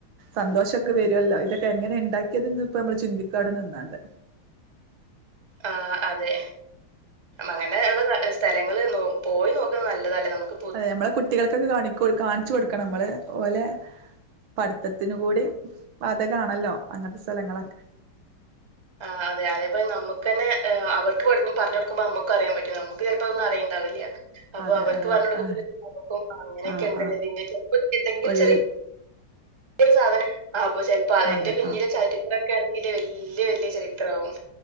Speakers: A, on the right; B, on the right.
A: സന്തോഷൊക്കെ വരുവല്ലോ ഇതൊക്കെ എങ്ങനെ ഇണ്ടാക്കിയിതെന്ന് ഇപ്പൊമ്മള് ചിന്തിക്കാടെ നിന്നാണ്ട്
B: ആഹ്അതെ അങ്ങനെ ഇള്ള നല്ലസ്ഥലങ്ങള് നൊ പോയി നോക്കുന്നത് നല്ലതാല്ലേ നമ്ക്ക്
A: അതെ നമ്മളെ കുട്ടികൾക്കൊക്കെ കാണിക്കു കാണിച്ച് കൊടുക്കണമ്മള് ഓലെ പഠിത്തത്തിനു കൂടി വാതകാണല്ലോ അങ്ങ്നത്തെ സ്ഥലങ്ങളൊക്കെ
B: ആഹ് അതെ അതേപോലെ നമ്മക്കന്നെ അവർക്ക് പഠഞ് പറഞ്ഞൊടുക്കുമ്പൊ അമുക്കു അറിയാ പ നമുക്ക് ചിലപ്പൊ ഇതൊന്നും അറിയിണ്ടാവില്ല അപ്പൊ
A: അതെ
B: അവർക്ക്
A: അതെ
B: പറഞ്ഞുടുക്കമ്പ
A: ആ
B: ഇതൊക്കെനമുക്കു അങ്ങനെയൊക്കെ
A: ആ
B: ഇണ്ടല്ലെ
A: ആ
B: ഇതിന്റെ ചെൽപ്പൊ എന്തെിലും
A: ഉള്ളിൽ
B: ചെറിയ സാധനം അപ്പൊ ചെല്പ്പൊ അതിന്റെ
A: അതെ
B: പിന്നിലെ
A: ആ
B: ചരിത്രൊക്കെ ആണെങ്കില് വല്യ വല്യ ചരിത്രാവും